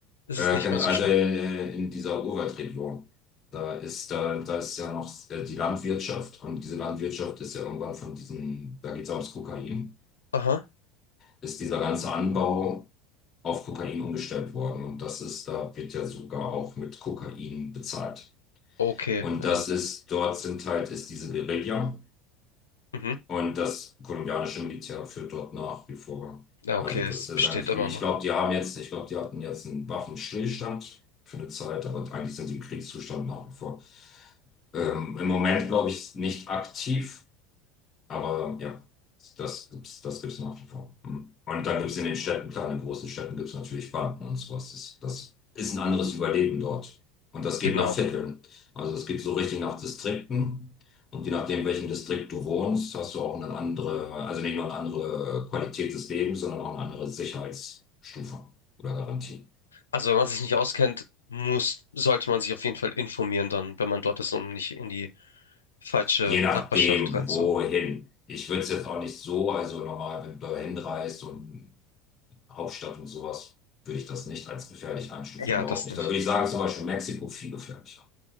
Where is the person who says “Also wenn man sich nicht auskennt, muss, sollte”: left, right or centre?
Left